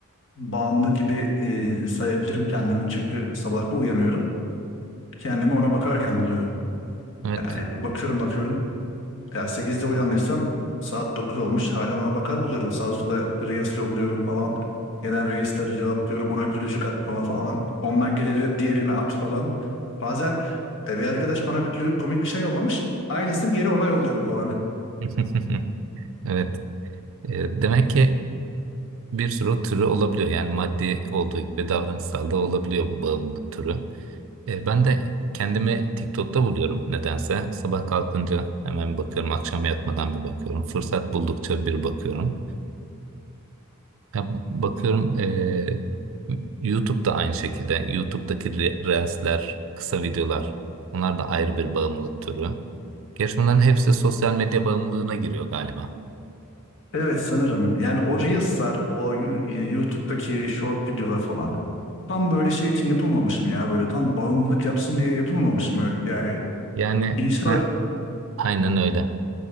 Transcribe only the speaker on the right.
Evet.
<laughs> Evet. E, demek ki bir sürü türü olabiliyor. Yani maddi olduğu gibi davranışsal da olabiliyor bu bağımlılık türü. E, ben de kendimi TikTok'ta buluyorum nedense. Sabah kalkınca hemen bakıyorum, akşam yatmadan bir bakıyorum. Fırsat buldukça bir bakıyorum. Ya, bakıyorum e, YouTube'da aynı şekilde. YouTube'daki re- Reels'ler, kısa videolar onlar da ayrı bir bağımlılık türü. Gerçi bunların hepsi sosyal medya bağımlılığına giriyor galiba.
Yani
ha,
aynen öyle.